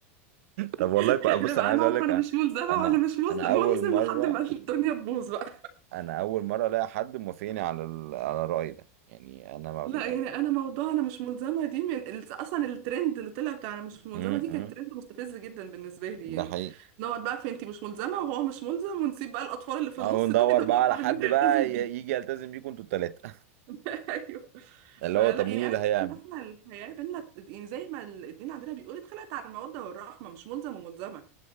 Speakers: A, on the right; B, on the right.
A: طب
B: <laughs>
A: والله كو...
B: خلينا
A: بص
B: بقى
A: انا عايز
B: نقعد
A: اقول لك
B: فانا
A: انا
B: مش ملزمه
A: انا
B: وانا مش ملزم
A: أنا اول
B: ملزم
A: مره
B: لحد ما الدنيا تبوظ بقى
A: انا اول مره الاقي حد موافقني على ال... على الراي ده يعني انا ما...
B: لا
A: ما-
B: يعني انا موضوع انا مش ملزمه دي من ال- اصلا الترند اللي طلع بتاع انا مش ملزمه
A: م-
B: دي
A: م.
B: كان ترند مستفز جدا بالنسبه لي
A: ده
B: يعني
A: حقيقي
B: نقعد بقى في انت مش ملزمه وهو مش ملزم ونسيب بقى الاطفال اللي في
A: اهو
B: النص
A: ندور
B: دول يدوروا
A: بقى على
B: على
A: حد
B: مين هيلتزم
A: بقى ي-
B: بيه
A: يجي يلتزم بيكم انتوا التلاتة
B: <laughs> ايوه
A: <laughs> اللي
B: فلا
A: هو طب مين
B: يعني انا
A: اللي
B: شايفه
A: هيعمل
B: ان احنا الحياه بينا يعني زي ما الدين عندنا بيقول اتخلقت على الموده والرحمه مش ملزم وملزمه